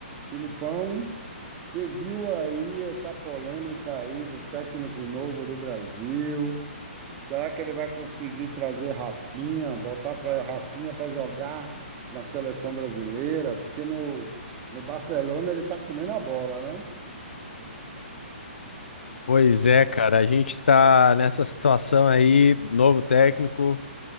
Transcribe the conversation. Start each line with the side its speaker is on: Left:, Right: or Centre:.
Right: Filipão, você viu aí essa polêmica aí do técnico novo do Brasil? Será que ele vai conseguir trazer Rafinha, botar para Rafinha para jogar na seleção brasileira? Porque no, no Barcelona ele está comendo a bola, né?
Left: Pois é, cara, a gente tá nessa situação aí, novo técnico,